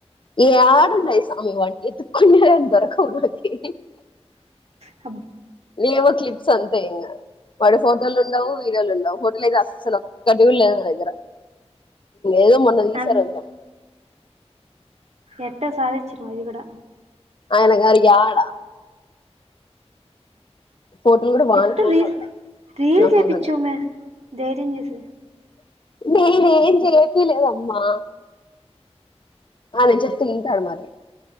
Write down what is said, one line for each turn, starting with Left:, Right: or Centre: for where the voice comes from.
Left: యాడున్నాయి సామి వాన్కి ఎతుకున్న జరకవునకి
Right: హ
Left: లేవో క్లిప్స్ అంతేయింగ వాడు ఫోటోలు ఉండవు వీడియోలు ఉండవు హోటోల్ అయితే అస్సలు ఒక్కగుటి లేదు నా దగ్గర ఏదో మన్నది ఈసర్
Right: అన్
Left: కొంచం
Right: ఎట్ట సాధిచ్చినవ్ ఇదిగుడా
Left: ఆయనగారికి యాడ ఫోటోలు కూడా వాని
Right: ఎట్
Left: ఫోన్
Right: రీస్
Left: లో ఉన్నాయి
Right: రీల్
Left: నా
Right: చేపిచ్చో
Left: ఫోన్ లో లేవు
Right: మే ధైర్యం చేసి
Left: నేను ఏం చేయ పిలేదమ్మా ఆ నేను చెప్తూ తింటాడు మరి